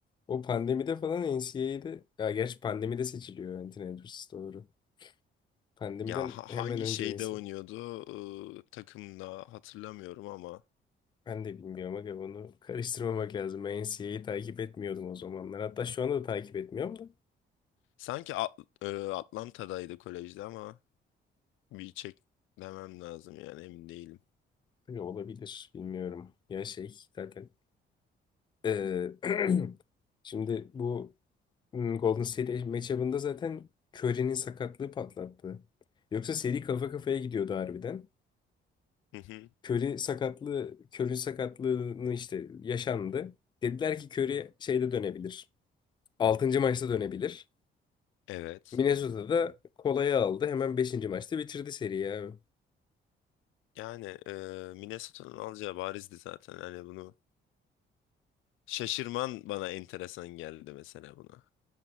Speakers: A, on the left; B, on the left.
A: o pandemide falan NCAA'de ya gerçi pandemide seçiliyor Anthony Edwards doğru. Pandemiden
B: Ya ha- hangi
A: hemen önce
B: şeyde
A: NC.
B: oynuyordu Iı, takımda hatırlamıyorum ama
A: Ben de bilmiyorum aga onu karıştırmamak lazım. Ben NCA'yi takip etmiyordum o zamanlar. Hatta şu anda da takip etmiyorum da.
B: sanki At- ıı, Atlanta'daydı kolejde ama bir çek demem lazım yani emin değilim.
A: Aga, olabilir bilmiyorum. Ya şey zaten. eee, <clears throat> şimdi bu hmm, Golden State matchup'ında zaten Curry'nin sakatlığı patlattı. Yoksa seri kafa kafaya gidiyordu harbiden.
B: Hı hı.
A: Curry sakatlığı, Curry sakatlığını işte yaşandı. Dediler ki Curry şeyde dönebilir. Altıncı maçta dönebilir.
B: Evet.
A: Minnesota'da kolayı aldı. Hemen beşinci maçta bitirdi seriyi abi.
B: Yani ıı, Minnesota'nın alacağı barizdi zaten. Hani bunu şaşırman bana enteresan geldi mesela buna.